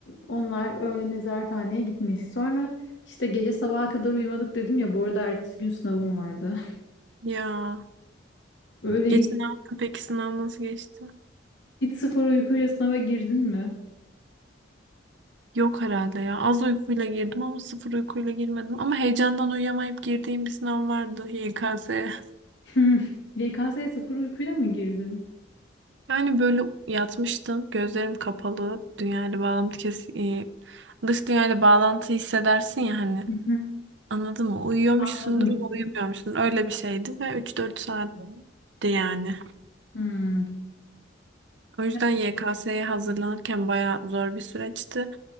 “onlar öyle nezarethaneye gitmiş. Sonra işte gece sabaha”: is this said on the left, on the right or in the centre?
Left